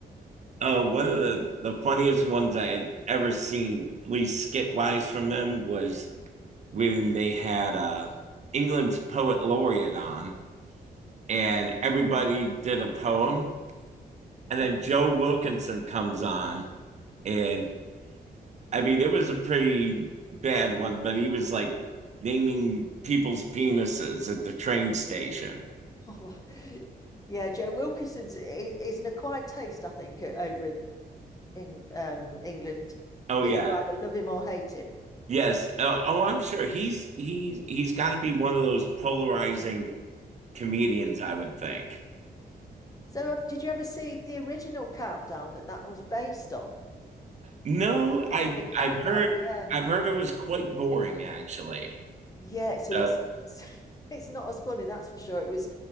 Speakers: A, on the right; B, on the left.
A: uh, one of the the funniest ones I had ever seen, at least skit wise from them, was when they had uh England's poet laureate on, and everybody did a poem, and then Joe Wilkinson comes on, and I mean it was a pretty bad one, but he was like naming people's penises at the train station.
B: Oh, yeah, Joe Wilkinson's i- is an acquired taste, I think, over in in um, England.
A: Oh
B: People
A: yeah,
B: either love him or hate him.
A: yes. Uh, oh, I'm sure he's he's he's got to be one of those polarizing comedians, I would think.
B: So, uh, did you ever see the original Countdown that that was based on?
A: No, I
B: No, the Countdown.
A: I've heard
B: Yeah,
A: I've heard it was quite boring actually.
B: yeah, so it's
A: Uh,
B: <laughs> it's not as funny, that's for sure. It was